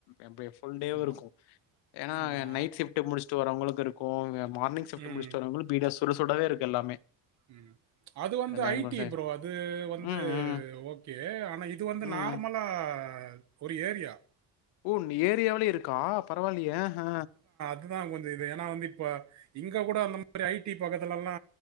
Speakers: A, on the left; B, on the right.
A: அப்ப ஃபுல் டேவும்
B: ஆமா,
A: இருக்கு ஏன்னா
B: ஆமா.
A: நைட்ஷிஃப்ட் முடிச்ட்டு வரவங்களுக்கு இருக்கு மார்னிங்ஷிஃப்ட்
B: ம்,
A: முடிச்ட்டு வரவங்களு பீடா ஒரு சுடவே இருக்கு எல்லாமே
B: ம் அது வந்து
A: அந்த பெங்களூர்
B: ஐடி
A: சைடு
B: ப்ரோ அது வந்து
A: ம் ம்
B: ஓகே ஆனா இது வந்து
A: ம்
B: நார்மல் ஆ ஒரு ஏரியா
A: உ ஏரியாவிலயே இருக்கா பரவாயில்லையே அஹ
B: தா கொஞ்சோ இது ஏன்னா வந்து இப்ப இங்க கூட அந்த மாரி ஐடி பக்கதுலல்லா